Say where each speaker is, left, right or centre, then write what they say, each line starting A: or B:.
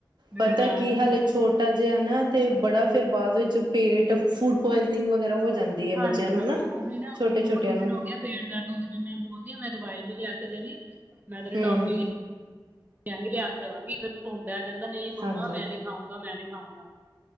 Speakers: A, on the right; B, on the right.
A: ਦਿਲ
B: ਪਤਾ
A: ਨਾ
B: ਕੀ
A: ਸੁਣੇ
B: ਹਾਲੇ
A: ਕਿਸੇ
B: ਛੋਟਾ
A: ਦੀ।
B: ਅਜੇ ਹੈ ਨਾ, ਤੇ ਬੜਾ ਫਿਰ ਬਾਅਦ ਵਿੱਚ ਪੇਟ ਫੂਡ ਪੌਇਜ਼ਨਿੰਗ ਵਗੈਰਾ ਹੋ ਜਾਂਦੀ। ਹੈ
A: ਹਾਂਜੀ-ਹਾਂਜੀ
B: ਬੱਚਿਆਂ ਨੂੰ ਨਾ
A: ਓਹੀ ਨਾ
B: ਛੋਟੇ
A: ਹੁਣ ਦੋ-ਤਿੰਨ
B: ਛੋਟਿਆਂ ਨੂੰ
A: ਦਿਨ ਹੋਗੇ। ਪੇਟ ਦਰਦ ਹੁੰਦੀ ਪਈ ਮੈਂ ਬੋਲਦੀ ਮੈਂ ਦਵਾਈ ਨਈ ਲਿਆ ਕੇ ਦੇਣੀ, ਮੈਂ ਤੇਨੂੰ
B: ਹਮ
A: ਟੌਫ਼ੀ ਪਹਿਲੇ ਹੀ ਹੱਖ ਦੇਵਾਂਗੀ ਫਿਰ ਧੁੰਨ ਦਾ ਕੇਂਦਾ ਨਈ ਮੰਮਾ
B: ਹਾਂਜੀ
A: ਮੈਂ ਨੀ ਖਾਊਗਾ ਮੈਂ ਨੀ ਖਾਊਗਾ।